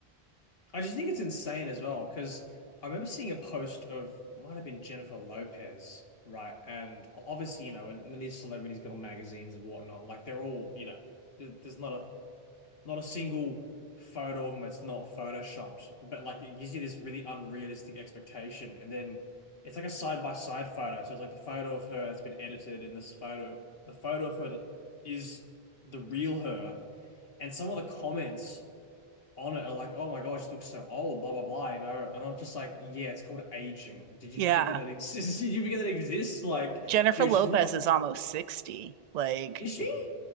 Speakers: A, on the left (about 65°); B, on the right (about 55°).
A: I just think it's insane as well because I remember seeing a post of might have been Jennifer Lopez, right? And obviously, you know, when, when these celebrities go on magazines and whatnot, like they're all, you know, there, there's not a not a single photo of them that's not photoshopped, but like it gives you this really unrealistic expectation, and then it's like a side by side photo. So it's like the photo of her that's been edited, and this photo, the photo of her that is the real her, and some of the comments on it are like, oh my God, she looks so old, blah blah blah, you know. And I'm just like, yeah, it's called aging. Did you
B: Yeah.
A: forget that that exists? <laughs> Did you forget that it exists? Like,
B: Jennifer
A: dude,
B: Lopez
A: she's not,
B: is almost 60. Like
A: is she?